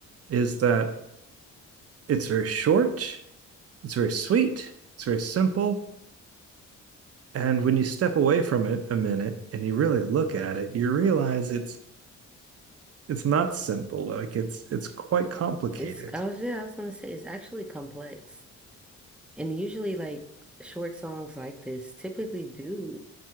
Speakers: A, on the right; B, in the centre.
A: is that it's very short, it's very sweet, it's very simple. And when you step away from it a minute and you really look at it, you realize it's it's not simple. Like it's it's quite complicated.
B: It's I was yeah, I was gonna say it's actually complex. And usually like short songs like this typically do